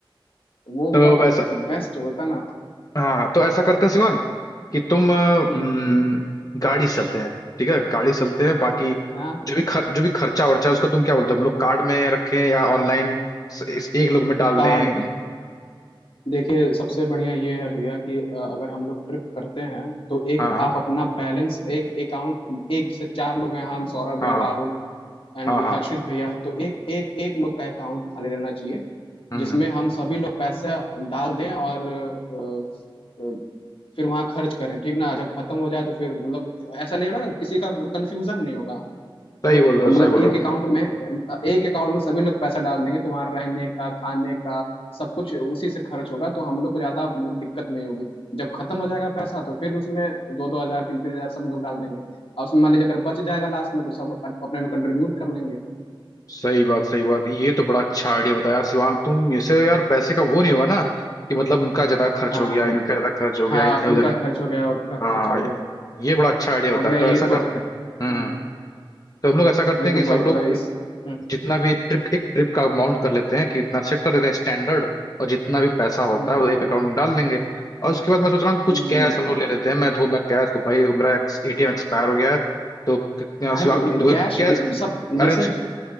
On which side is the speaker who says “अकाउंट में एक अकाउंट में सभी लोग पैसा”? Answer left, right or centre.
Left